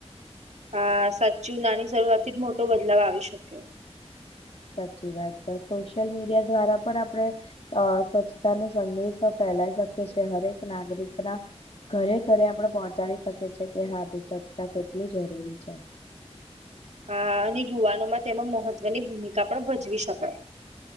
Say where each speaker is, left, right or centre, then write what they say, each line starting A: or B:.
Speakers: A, on the right (about 85°); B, on the left (about 65°).
A: હા સાચુ, નાની શરૂઆત થીજ મોટો બદલાવ આવી શકે.
B: સાચી વાત, પણ સોશિયલ મીડિયા દ્વારા પણ આપડે અ સ્વચ્છતા નો સંદેશો ફેલાય શકે છે, હરેક નાગરિકના ઘરે ઘરે આપડણે પહોંચાડી શકીએ છીએ, કે હા ભાઈ સ્વચ્છતા કેટલી જરૂરી છે.
A: હા અને યુવાનોમાં તેમાં મહત્વની ભૂમિકા પણ ભજવી શકાય.